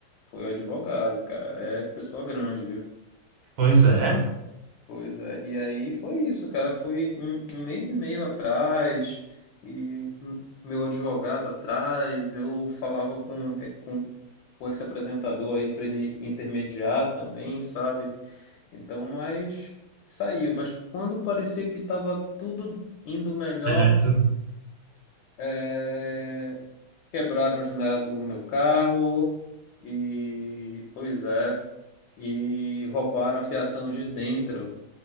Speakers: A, on the left; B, on the right.
A: foi o advogado, cara. É pessoa grande, viu?
B: Pois é,
A: Pois é, e aí foi isso, cara. Foi um, um mês e meio atrás, e m- meu advogado atrás, eu falava com, eh, com, com esse apresentador aí para ele intermediar também, sabe? Então, mas saiu. Mas quando parecia que estava tudo indo melhor,
B: certo.
A: eh, quebraram a janela do meu carro, e pois é, e roubaram a fiação de dentro.